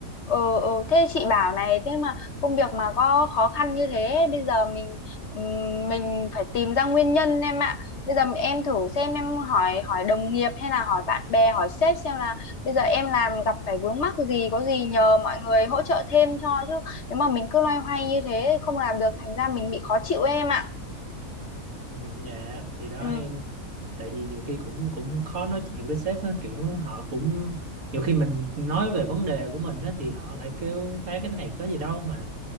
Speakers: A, on the left (about 55°); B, on the right (about 75°).
A: Ừ, ừ. Thế chị bảo này thế mà công việc mà có khó khăn như thế bây giờ mình ừm, mình phải tìm ra nguyên nhân em ạ bây giờ em thử xem em hỏi hỏi đồng nghiệp hay là hỏi bạn bè hỏi sếp xem là bây giờ em làm gặp phải vướng mắc gì có gì nhờ mọi người hỗ trợ thêm cho chứ nếu mà mình cứ loay hoay như thế không làm được thành ra mình bị khó chịu em ạ
B: ừ, dạ thì đó
A: ừ
B: em tại vì nhiều khi cũng cũng khó nói chuyện với sếp á kiểu họ cũng nhiều khi mình nói về vấn đề của mình á thì họ lại kêu ta cái này có gì đâu mà